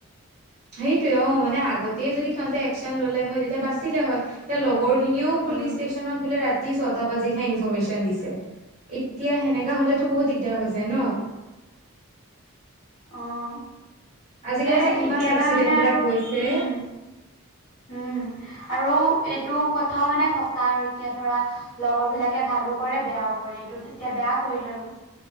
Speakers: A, on the right; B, on the left.
A: সেইটোৱে। অ', মানে আগতে যদি সিহঁতে একচন ল'লে হয় তেতিয়া বাচিলে হয় তে লগ ৰখিনিও পুলিচ
B: উম
A: ষ্টেচনত বোলে ৰাতি ছটা বাজিতহে ইনফৰমেশ্যন দিছে। এত তিয়া হেনেকা হ'লেতো বহুত দিগদাৰ হৈ যায় ন।
B: অ',
A: আজিকালি
B: এ,
A: যে কিমান
B: এতিয়ালৈ
A: এক্সিডেন্ট
B: মানে
A: বিলাক
B: আৰু।
A: হৈছে
B: উম। উম। আৰু এইটো কথাও মানে সঁচা আৰু এতিয়া ধৰা লগৰবিলাকে ভালো কৰে বেয়াও কৰ কৰে। এইটো তেতিয়া বেয়া কৰিল আৰু।